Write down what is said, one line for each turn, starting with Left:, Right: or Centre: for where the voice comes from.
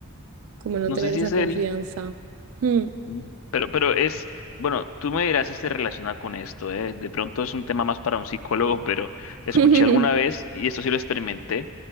Right: como no
Left: No
Right: tener
Left: sé si
Right: esa
Left: es
Right: confianza.
Left: el...
Right: Hmm.
Left: Mm. Pero, pero es, bueno, tú me dirás si se relaciona con esto, ¿eh? De pronto es un tema más para un psicólogo, pero escuché
Right: <laughs>
Left: alguna vez, y esto sí lo experimenté,